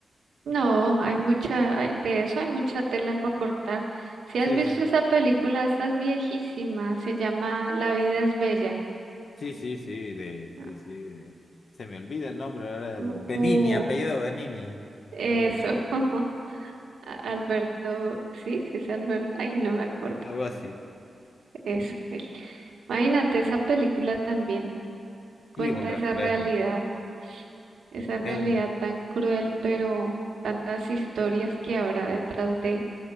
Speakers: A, on the right (about 85°); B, on the left (about 50°).
A: No, hay mucha, hay- de eso hay mucha tela para cortar. Si
B: Sí,
A: has visto
B: sí.
A: esa película, esta es viejísima, se llama La vida es bella.
B: Sí, sí, sí, de,
A: Ah,
B: sí, sí, de- se me olvida el nombre ahora, Benini,
A: mu- mu-
B: apellido Benini,
A: eso,
B: algo,
A: <laughs> A- Alberto, sí, sí es Alberto, ay, no me acuerdo.
B: algo así.
A: Eso, él. Imagínate esa película también, cuenta
B: Sí, un reflejo.
A: esa realidad, esa realidad
B: En-
A: tan cruel, pero tantas historias que habrá detrás de